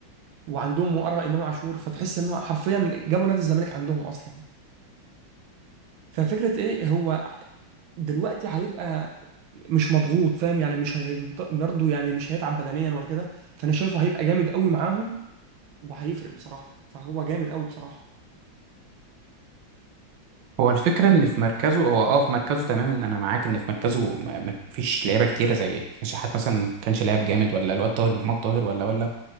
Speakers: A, on the right; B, on the right.
A: وعندهم وراء امام عاشور فتحس ان هو حرفيا جابوا نادي الزمالك عندهم اصلا ففكره ايه هو دلوقتي هيبقى مش مضغوط فاهم يعني مش هي- برضه يعني مش هيتعب بدنيا ولا كده فانا شايفه هيبقى جامد قوي معاهم وهيفرق بصراحه فهو جامد قوي بصراحه
B: هو الفكره ان في مركزه هو اه في مركزه تمام ان انا معاك ان في مركزه ما ما فيش لعيبه كتيره زي شحات مثلا ما كانش لاعب جامد ولا الواد طاهر محمد طاهر ولا ولا